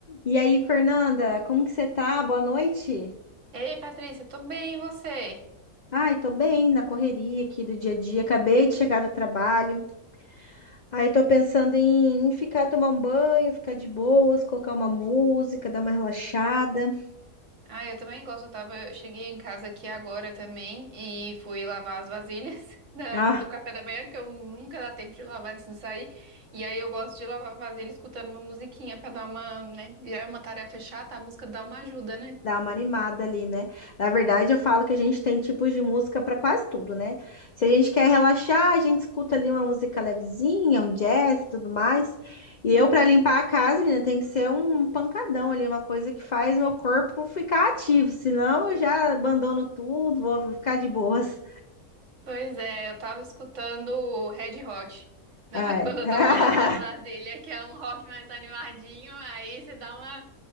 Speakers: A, on the left (about 60°); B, on the right (about 60°).
A: E aí, Fernanda, como que você tá? Boa noite.
B: Ei, Patrícia, tudo bem, e você?
A: Ai, tô bem na correria aqui do dia a dia. Acabei de chegar do trabalho. Aí tô pensando em, em ficar tomar um banho, ficar de boas, colocar uma música, dar uma relaxada.
B: Ah, eu também gosto. Eu tava, eu cheguei em casa aqui agora também e fui lavar as vasilhas <laughs> da-
A: Ah,
B: do café da manhã, porque eu nunca dá tempo de lavar antes de sair. E aí eu gosto de lavar vasilha escutando uma musiquinha pra dar uma, né? Já é uma tarefa chata, a música dá uma ajuda, né?
A: Dá uma animada ali, né? Na verdade, eu falo que a gente tem tipos de música para quase tudo, né? Se a gente quer relaxar, a gente escuta ali uma música levezinha, um jazz e tudo mais. E
B: Uhum.
A: eu, para limpar a casa, menina, tem que ser um pancadão ali, uma coisa que faz meu corpo ficar ativo. Senão, eu já abandono tudo, vou ficar de boas.
B: Pois é, eu tava escutando Red Hot na-
A: Ah,
B: <laughs>
A: é.
B: quando
A: <laughs>
B: eu tava lavando vasilha, que é um rock mais animadinho, aí você dá uma